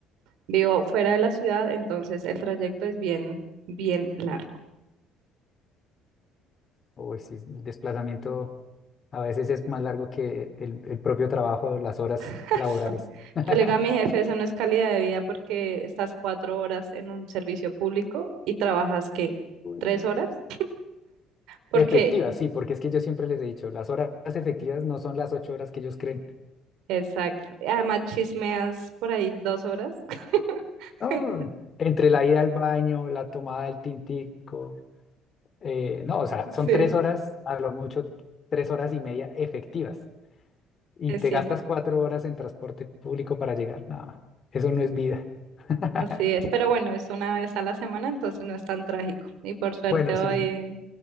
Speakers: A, on the right; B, on the left.
A: vivo fuera de la ciudad, entonces el trayecto es bien, bien largo.
B: Uy, sí, el desplazamiento a veces es más largo que el, el propio trabajo, las horas
A: <laughs>
B: laborales. <laughs>
A: Yo le digo a mi jefe, eso no es calidad de vida porque estás cuatro horas en un servicio público y trabajas, ¿qué?
B: Uy.
A: ¿Tres horas? Porque,
B: Efectivas, sí, porque es que yo siempre les he dicho, las horas efectivas no son las ocho horas que ellos creen.
A: exacto. Además chismeas por ahí dos horas. <laughs>
B: No, entre la ida al baño, la tomada del tintico, eh, no, o sea, son
A: Sí,
B: tres horas, a lo mucho tres horas y media efectivas. Y
A: es
B: te
A: cierto.
B: gastas cuatro horas en transporte público para llegar. No, eso no es vida. <laughs>
A: Así es, pero bueno, es una vez a la semana, entonces no es tan trágico. Y por suerte
B: Bueno,
A: hoy
B: sí,